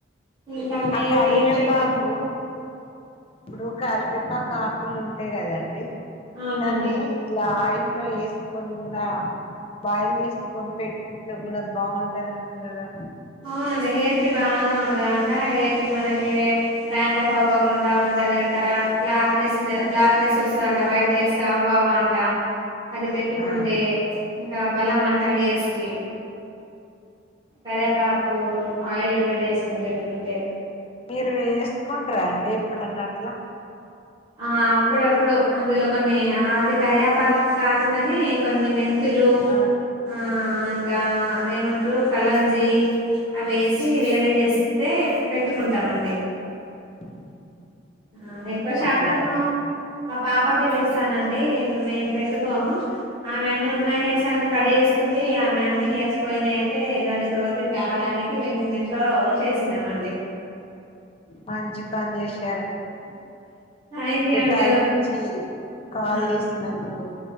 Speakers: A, on the right (about 25°); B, on the left (about 30°).
A: ఇంకా మీరు
B: ఆ కరివేపాకు
A: ఏం చెట్లు
B: ఇప్పుడు కరివే పాకు ఆకులు ఉంటాయి కదండి
A: అవునండి
B: దాన్ని ఇట్లా ఆయి లా వేసుకని కూడా బాయిల్ చేసుకని పెట్టుకుంటే కూడా బాగుంటాది అంటా కదా
A: అవునండి హెయిర్ కి బాగా ఉంటదంట హెయిర్ కి మనకి డ్యాండ్రఫ్ అవ్వకుండా ఉంటదట బ్లాక్నెస్ బ్లాక్నెస్ వస్తుందఅంటా వైట్ హెయిర్ రావవా అంట అది పెట్టుకుంటే
B: ఆ
A: ఇంకా బలం అంటా హెయిర్స్కి సరే ఆయిల్ లో వేడి చేసుకుని పెట్టుకుంటే
B: మీరు వేసుకుంటార అండి ఎప్పుడున్నట్లా
A: ఆ అప్పుడప్పుడు అందులో కొన్ని అది కరియాపాకు కాదు కానీ కొన్ని మెంతులు
B: ఆ
A: ఆ ఇంకా అదేమంటరు కలంజీ అవి ఏసి వేడి చేస్తే పెట్టుకుంటామండి.
B: <inaudible>
A: ఆ ఎక్కువ శాతం
B: అట్లాగా
A: పాపకే చేస్తానండి మేం పెట్టుకోము ఆమె అన్నీ ఉన్న హెయిర్స్ అన్ని కట్ చేస్కుంది. ఆమె అన్ని హెయిర్స్ పోయినా అయితే దాని గ్రోతింగ్ రావడానికి మేం ఇంట్లో చేసినమండి.
B: మంచి పని చేస్
A: థ్యాంక్ యూ అండి
B: టైం ఇచ్చి కాల్
A: హ
B: చేసినందుకు